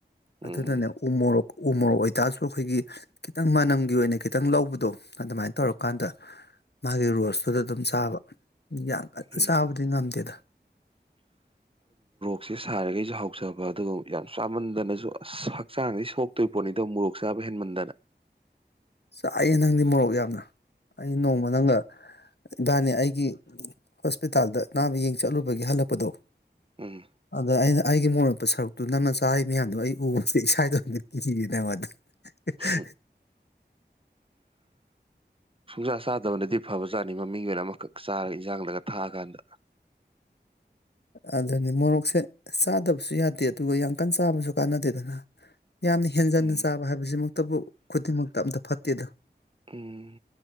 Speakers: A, on the left; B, on the right.
A: ꯑꯗꯨꯅꯅꯦ
B: ꯎꯝ
A: ꯎ ꯃꯨꯔꯣꯛ ꯎꯃꯣꯔꯣꯛ ꯑꯣꯏꯇꯥꯔꯁꯨ ꯑꯩꯈꯣꯏꯒꯤ ꯈꯤꯇꯪ ꯃꯅꯝꯒꯤ ꯑꯣꯏꯅ ꯈꯤꯇꯪ ꯂꯧꯕꯗꯣ ꯑꯗꯨꯃꯥꯏ ꯇꯧꯔꯀꯥꯟꯗ ꯃꯥꯒꯤ ꯔꯣꯁꯇꯨꯗ ꯑꯗꯨꯝ ꯆꯥꯕ ꯌꯥꯝ ꯀꯟꯅ
B: ꯎꯝ
A: ꯆꯥꯕꯗꯤ ꯉꯝꯗꯦꯗ
B: ꯁꯦ ꯁꯥꯔꯤꯒꯩꯁꯨ ꯍꯥꯎꯖꯕ ꯑꯗꯨꯒ ꯌꯥꯝ ꯆꯥꯃꯟꯗꯅꯁꯨ ꯑꯁ ꯍꯛ ꯍꯛꯆꯥꯡꯗꯤ ꯁꯣꯛꯇꯣꯏꯄꯣꯠꯅꯤꯗ ꯃꯣꯔꯣꯛ ꯆꯥꯕ ꯍꯦꯟꯃꯟꯗꯅ
A: ꯆꯥꯏꯑꯦ ꯅꯪꯗꯤ ꯃꯣꯔꯣꯛ ꯌꯥꯝꯅ ꯑꯩ ꯅꯣꯡꯃ ꯅꯪꯒ ꯏꯕꯥꯅꯤ ꯑꯩꯒꯤ ꯍꯣꯁꯄꯤꯇꯥꯜꯗ ꯑꯅꯥꯕ ꯌꯦꯡ ꯆꯠꯂꯨꯕꯒꯤ ꯍꯜꯂꯛꯄꯗꯣ
B: ꯎꯝ
A: ꯑꯗ ꯑꯩꯅ ꯑꯩꯒꯤ ꯃꯣꯔꯣꯃꯦꯠꯄ ꯁꯔꯨꯛꯇꯣ ꯅꯪꯅ ꯆꯥꯔꯤꯕ ꯃꯌꯥꯝꯗꯣ ꯑꯩ ꯎꯕꯗ ꯏꯁꯥ ꯏꯇꯣꯝꯇ ꯀꯤꯖꯩ ꯅꯝꯗꯨ ꯍꯤꯛ ꯍꯥ
B: ꯎꯝ ꯆꯆꯥ ꯆꯥꯗꯕꯅꯗꯤ ꯐꯕꯖꯥꯠꯅꯤ ꯃꯃꯤꯡꯒꯤ ꯑꯣꯏꯅ ꯑꯃꯈꯛ ꯆꯥꯔꯒ ꯏꯟꯖꯥꯡꯗꯒ ꯊꯥꯛꯑꯀꯥꯟꯗ
A: ꯑꯗꯨꯅꯤ ꯃꯣꯔꯣꯛꯁꯦ ꯆꯥꯗꯕꯁꯨ ꯌꯥꯗꯦ ꯑꯗꯨꯒ ꯌꯥꯝ ꯀꯟꯅ ꯆꯥꯕꯁꯨ ꯀꯥꯟꯅꯗꯦꯗꯅ ꯌꯥꯝꯅ ꯍꯦꯟꯖꯟꯅ
B: ꯎꯝ
A: ꯆꯥꯕ ꯍꯥꯏꯕꯁꯤꯃꯛꯇꯕꯨ ꯈꯨꯗꯤꯡꯃꯛꯇ ꯑꯝꯇ ꯐꯠꯇꯦꯗ
B: ꯎꯝ